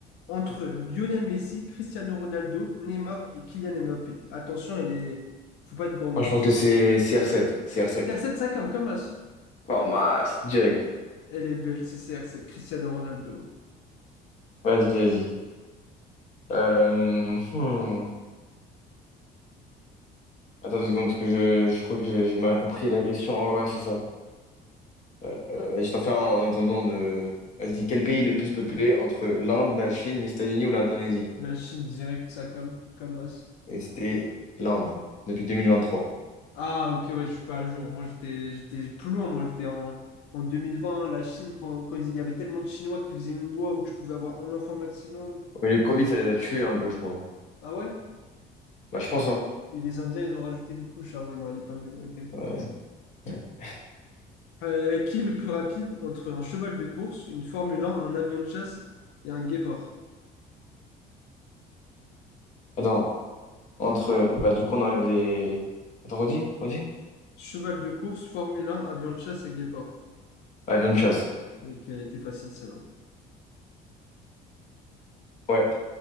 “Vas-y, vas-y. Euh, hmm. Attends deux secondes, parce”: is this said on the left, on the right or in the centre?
Left